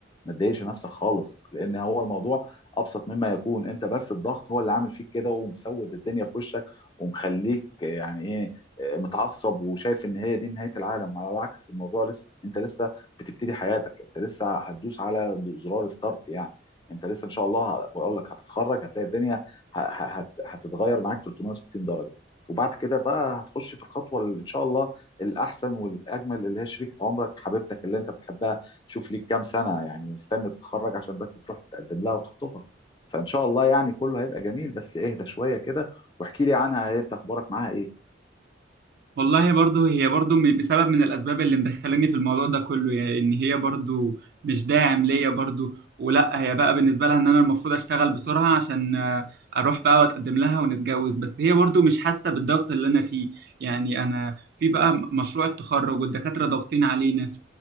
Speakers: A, on the left; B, on the right.
A: ما تضايقش نفسك خالص لان هو الموضوع ابسط مما يكون انت بس الضغط هو اللي عامل فيك كده ومسود الدنيا في وشك ومخليك يعني ايه آه، متعصب وشايف ان هي دي نهايه العالم على العكس الموضوع لسه انت لسه بتبتدي حياتك انت لسه هتدوس على زرار ستارت يعني انت لسه ان شاء الله بقول لك هتتخرج هتلاقي الدنيا ه- ه- هت- هتتغير معاك 360 درجه وبعد كده بقى هتخش في الخطوه اللي ان شاء الله الاحسن والاجمل اللي هي شريكه عمرك حبيبتك اللي انت بتحبها شوف ليك كام سنة يعني مستني تتخرج عشان بس تروح تتقدم لها وتخطبها فإن شاء الله يعني كله هيبقى جميل بس اهدى شوية كده واحكي لي عنها انت اخبارك معاها ايه
B: والله برضه هي برضه م- بسبب من الأسباب اللي مدخلاني في الموضوع ده كله يعني إن هي برضه مش داعم ليا برضه ولا هي بقى بالنسبة لها إن أنا المفروض أشتغل بسرعة عشان آه، أروح بقى وأتقدم لها ونتجوز بس هي برضه مش حاسة بالضغط اللي أنا فيه يعني أنا في بقى م- مشروع التخرج والدكاترة ضاغطين علينا